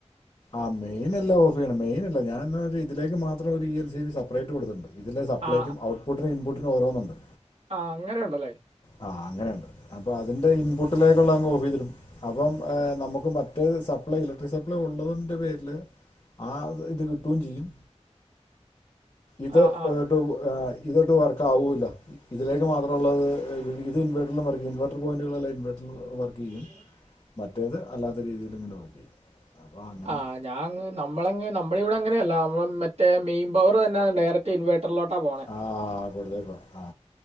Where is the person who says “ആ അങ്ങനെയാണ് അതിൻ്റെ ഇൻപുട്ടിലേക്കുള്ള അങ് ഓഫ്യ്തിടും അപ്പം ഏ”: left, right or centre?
Left